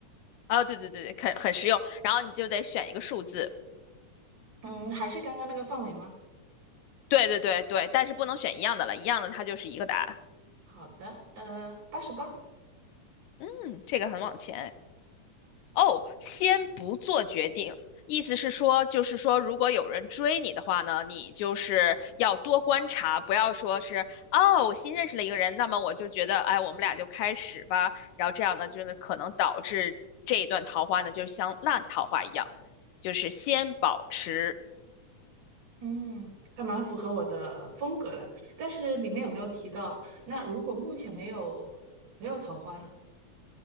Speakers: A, on the left (about 75°); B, on the right (about 85°).
A: 啊，对对对对，很很实用。然后你就得选一个数字，
B: 嗯，还是刚刚那个范围吗？
A: 对对对对，但是不能选一样的了，一样的它就是一个答案。
B: 好的，呃，八十八，
A: 嗯，这个很往前哎哦，先不做决定，意思是说，就是说，如果有人追你的话呢，你就是要多观察，不要说是哦，我新认识了一个人，那么我就觉得，哎，我们俩就开始吧，然后这样呢，就是可能导致这一段桃花呢，就像烂桃花一样，就是先保持。
B: 嗯，还蛮符合我的风格的。但是里面有没有提到，那如果目前没有没有桃花呢？